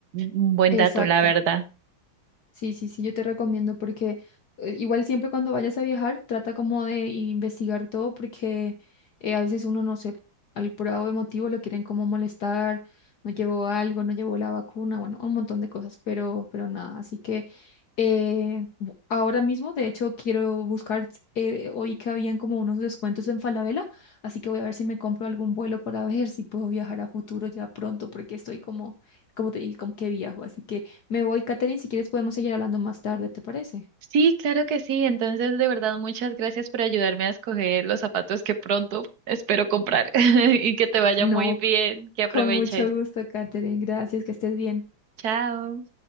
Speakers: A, on the right; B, on the left.
A: un buen
B: Exacto.
A: dato, la verdad.
B: Sí, sí, sí, yo te recomiendo porque eh, igual siempre cuando vayas a viajar trata como de investigar todo porque eh, a veces uno no sé, al por de motivo lo quieren como molestar, no llevó algo, no llevó la vacuna, bueno, un montón de cosas, pero, pero nada, así que eh, bu- ahora mismo de hecho quiero buscar, eh, oí que habían como unos descuentos en Falabella, así que voy a ver si me compro algún vuelo para <laughs> ver si puedo viajar a futuro ya pronto porque estoy como, como te dije, como que viajo, así que... Me voy, Katherine, si quieres podemos seguir hablando más tarde, ¿te parece?
A: Sí, claro que sí. Entonces, de verdad, muchas gracias por ayudarme a escoger los zapatos que pronto espero comprar <laughs> y que te vaya
B: No,
A: muy bien, que aproveches.
B: con mucho gusto, Katherine. Gracias, que estés bien.
A: Chao.